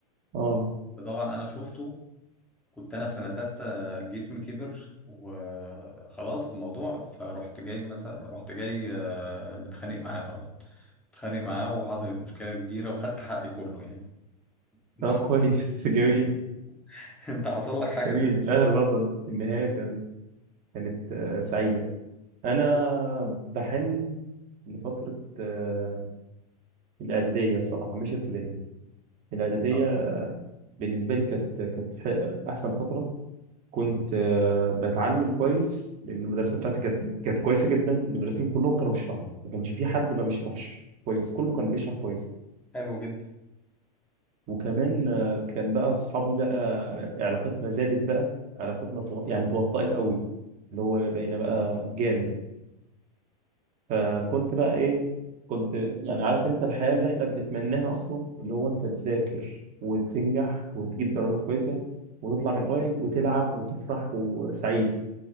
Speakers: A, on the right (about 35°); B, in the centre.
A: اه
B: فطبعا انا شفته كنت انا في سنه سته جسمي كبر وخلاص الموضوع فرحت جاي مثلا رحت جاي آه، متخانق معاه طبعا متخانق معاه وحصلت مشكله كبيره وخدت حقي كله يعني انت
A: طب
B: حصل-
A: كويس <laughs> جميل
B: <laughs> انت حصل لك حاجه
A: جميل
B: زي كده
A: في الاخر برضه النهايه كانت كانت آه، سعيده انا بحن لفتره آه، الاعداديه الصراحه مش ابتدائي الاعداديه
B: آه،
A: بالنسبه لي كانت كانت ح- احسن فتره كنت آه، بتعلم كويس لان المدرسه بتاعتي كانت كانت كويسه جدا المدرسين كلهم كانوا بيشرحوا ما كانش في حد ما بيشرحش كويس كله كان بيشرح كويس
B: حلو جدا
A: وكمان آه، كان بقى اصحابي بقى علاقتنا زادت بقى علاقتنا تو- يعني توطأت قوي اللي هو بقينا بقى جامد فكنت بقى ايه كنت يعني عارف انت الحياة اللي احنا بنتمناها اصلا اللي هو انت تذاكر وتنجح وتجيب درجات كويسة وتطلع من الاوائل وتلعب وتفرح وسعيد